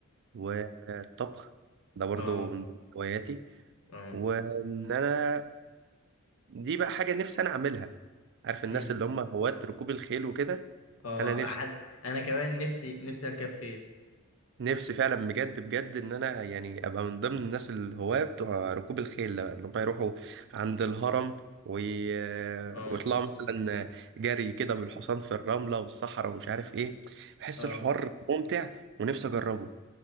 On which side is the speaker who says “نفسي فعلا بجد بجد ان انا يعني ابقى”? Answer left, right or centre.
Right